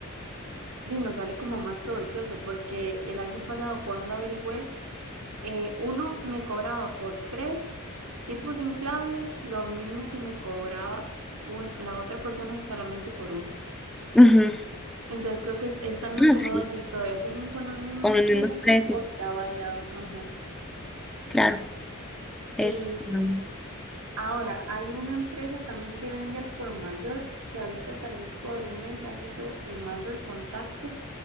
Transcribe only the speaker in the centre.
Ujú.
Ah,
sí,
con los mismos
precios,
claro. Es,
mm,